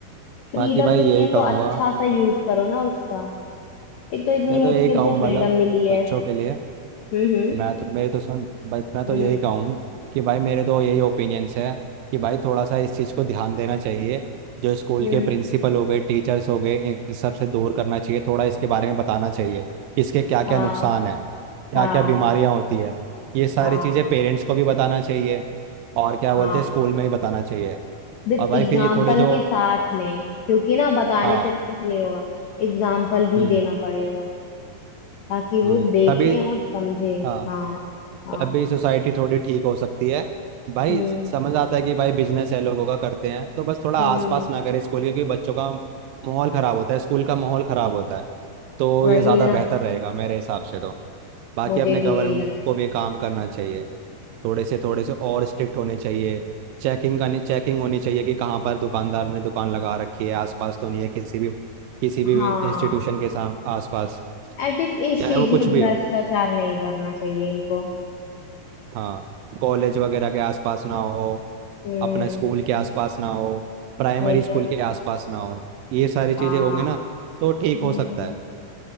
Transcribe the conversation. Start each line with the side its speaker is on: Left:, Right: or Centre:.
Left: फ्रीडम
Right: बाकी भाई
Left: मिली
Right: यही
Left: है तो
Right: कहूँगा
Left: अच्छा सा यूज करो ना उसका एक तो इतनी
Right: मैं तो
Left: मुश्किल
Right: यही कहूँ
Left: से
Right: मतलब
Left: फ्रीडम मिली है
Right: बच्चों के लिए
Left: हम्म हम्म
Right: मैं तो मेरी तो सुन बस मैं तो
Left: हम्म
Right: यही कहूँ कि भाई मेरे तो यही ओपिनियंस है कि भाई थोड़ा सा इस चीज़ को ध्यान देना चाहिए जो स्कूल
Left: हम्म,
Right: के प्रिंसिपल हो गए टीचर्स हो गए इन सब से दूर करना चाहिए थोड़ा इसके बारे में बताना चाहिए कि इसके क्या क्या
Left: हाँ
Right: नुकसान है क्या
Left: हाँ
Right: क्या बीमारियाँ होती है ये सारी
Left: हाँ
Right: चीज़ें पेरेंट्स को भी बताना चाहिए और क्या
Left: हाँ
Right: बोलते हैं स्कूल में ही बताना चाहिए
Left: विद
Right: और भाई
Left: एग्जाम्पल
Right: फिर ये थोड़े जो
Left: के साथ में क्योंकि ना बताने
Right: हाँ
Left: से कुछ नहीं होगा एग्जाम्पल भी
Right: हम्म
Left: देना पड़ेगा ताकि वो
Right: हम्म
Left: देखें
Right: तभी
Left: और समझे
Right: हाँ
Left: हाँ हाँ
Right: तभी सोसाइटी थोड़ी ठीक हो सकती है भाई
Left: हम्म
Right: समझ आता है कि भाई बिजनेस है लोगों का करते हैं तो बस थोड़ा
Left: हम्म
Right: आसपास ना करें स्कूल के क्योंकि बच्चों का माहौल खराब होता है स्कूल का माहौल खराब होता है तो
Left: वही
Right: ये ज़्यादा
Left: ना
Right: बेहतर रहेगा मेरे हिसाब से तो बाकी
Left: मुझे
Right: अपने
Left: भी
Right: गवर्नमेंट
Left: यही लगता
Right: को
Left: है
Right: भी काम करना चाहिए थोड़े से थोड़े से और स्ट्रिक्ट होने चाहिए चेकिंग करनी चेकिंग होनी चाहिए कि कहाँ पर दुकानदार ने दुकान लगा रखी है आसपास तो नहीं है किसी भी किसी भी
Left: हाँ
Right: इंस्टीट्यूशन के साम आसपास
Left: एथिक्स इस
Right: चाहे
Left: चीज
Right: वो कुछ
Left: में
Right: भी
Left: भ्रष्टाचार
Right: हो
Left: नहीं करना चाहिए इनको
Right: हाँ कॉलेज वगैरह के आसपास ना हो
Left: हम्म
Right: अपना स्कूल के आसपास ना हो प्राइमरी
Left: वही
Right: स्कूल
Left: ना
Right: के आसपास ना हो ये सारी चीज़ें
Left: हाँ
Right: होंगी ना तो ठीक
Left: हम्म
Right: हो सकता है